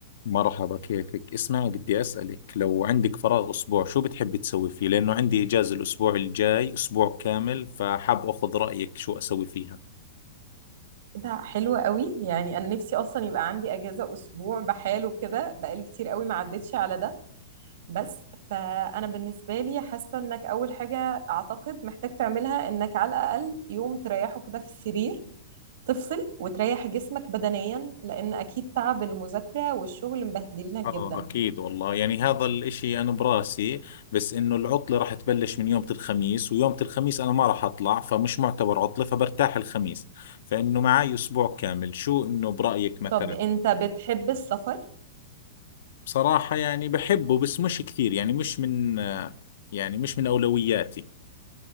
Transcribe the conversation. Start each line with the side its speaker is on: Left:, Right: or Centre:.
Left: مرحبا كيفك اسمعي بدي أسألك لو عندك فراغ أسبوع شو بتحبي تسوي فيه لأنه عندي إجازة الأسبوع الجاي أسبوع كامل فحاب أخذ رأيك شو أسوي فيها
Right: إيه ده حلو قوي يعني انا نفسي اصلا يبقى عندي اجازه اسبوع بحاله كده بقالي كتير قوي ما عدتش على ده بس فانا بالنسبه لي حاسه انك اول حاجه اعتقد محتاج تعملها انك على الاقل يوم تريحه كده في السرير تفصل وتريح جسمك بدنيا لان اكيد تعب المذاكره والشغل مبهدلينك جدا
Left: آه أكيد والله يعني هذا الإشي أنا براسي بس إنه العطلة راح تبلش من يوم الخميس ويوم الخميس أنا ما راح أطلع فمش معتبر عطلة فبرتاح الخميس فإنه معي أسبوع كامل شو إنه برأيك مثلا
Right: طب انت بتحب السفر
Left: بصراحة يعني بحبه بس مش كثير يعني مش من يعني مش من أولوياتي